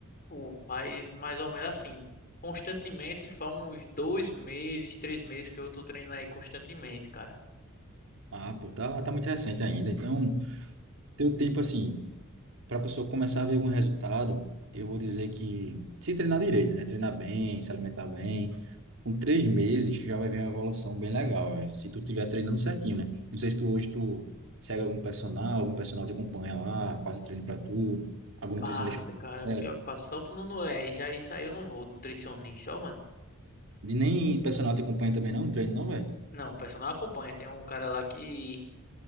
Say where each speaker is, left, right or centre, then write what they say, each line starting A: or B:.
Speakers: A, on the left (about 45°); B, on the right (about 65°).
A: Pô, faz mais ou menos assim. Constantemente, faz uns dois meses, três meses que eu tô treinando aí constantemente, cara.
B: Ah, pô, tá, tá muito recente ainda. Então, teu tempo, assim, para a pessoa começar a ver algum resultado, eu vou dizer que se treinar direito, né? Treinar bem, se alimentar bem, com três meses tu já vai ver uma evolução bem legal, é, se tu estiver treinando certinho, né? Não sei se tu hoje tu segue algum personal, algum personal te acompanha lá, passa treino pra tu, algum
A: Passa,
B: nutricionista.
A: cara.
B: É,
A: Pior que passa. Só que não não é, já isso aí eu não vou, nutricionista, ó, mano.
B: e nem personal te acompanha também não, treino não, velho?
A: Não, o personal acompanha. Tem um cara lá que